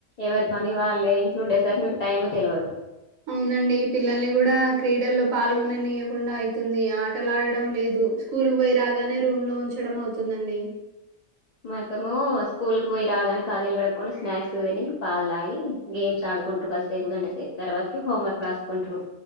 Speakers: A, on the left; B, on the right.
A: ఎవరి పని వాళ్ళ ఇంట్లో ఉండేసరికి మీకు టైం తెలవదు.
B: అవునండి పిల్లల్ని కూడా క్రీడల్లో పాల్గొననియం కుండా అవుతుంది ఆటలా ఆడడం లేదు స్కూల్ పోయి రాగానే రూమ్ లో ఉంచడం అవుతుందండి.
A: మకము స్కూల్ కి పోయి రాగానే కాల్చేయిలు కడుక్కొని స్నాక్స్ దీని పాలు తాగి గేమ్స్ ఆడుకుంట్రూ కాసేపు గంట సేపు తర్వాతకి హోమ్వర్క్ రాసుకుంట్రూ